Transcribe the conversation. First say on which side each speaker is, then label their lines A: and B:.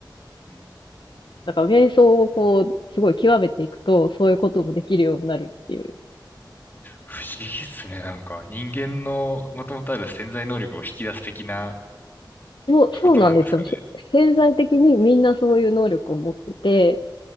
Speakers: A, on the left; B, on the left.
A: うん
B: だから瞑想をこう、すごい極めていくと、そういうこともできるようになるっていう。
A: 不思議っすね。なんか人間のもともとある潜在能力を引き出す的な
B: そう、
A: ことなんですかね。
B: そうなんですよ。せ潜在的にみんなそういう能力を持ってて、